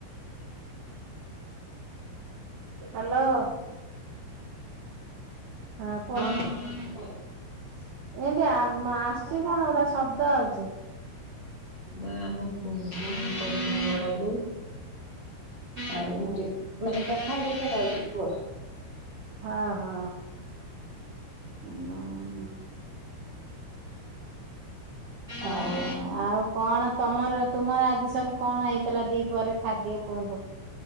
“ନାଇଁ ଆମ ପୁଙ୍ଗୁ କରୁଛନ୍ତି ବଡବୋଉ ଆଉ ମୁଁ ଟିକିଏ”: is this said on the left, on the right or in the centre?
Right